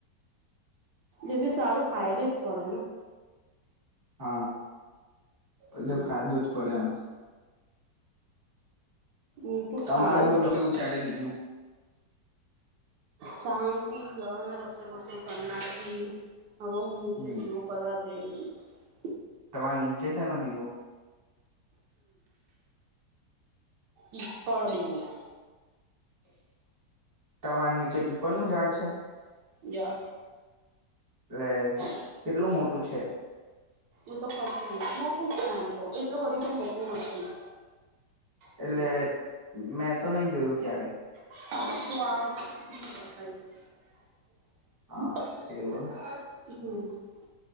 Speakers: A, on the right; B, on the right.
A: એ બી સારું ફાયદે જ પડેને.
B: હા એટલે
A: હમ
B: ફાયદો જ પડે આમ.
A: યુટ્યુબ
B: તમારે
A: સારું
B: બોલો
A: બતાવતું
B: કેવું ચાલે બીજું.
A: શાંત ગા રસો ભસો કરનાથી હવા મ
B: હમ
A: છે કરવારવા <inaudible>
B: તમારે નીચે છેનો દીવો
A: <inaudible> કરો દ મને
B: તમાર નીચે પીપરનુંું ઝાડ છે.
A: જાાર.
B: એટલે કેટલું મોટું છે.
A: એ તો ખબર મોટું જ છે એમ તો એટલું બધું ક મોટું નથી. હમ
B: એટલે મેં તો નહી જોયું ક્યારે.
A: <inaudible> <inaudible>
B: હા
A: <inaudible>
B: એવું એમ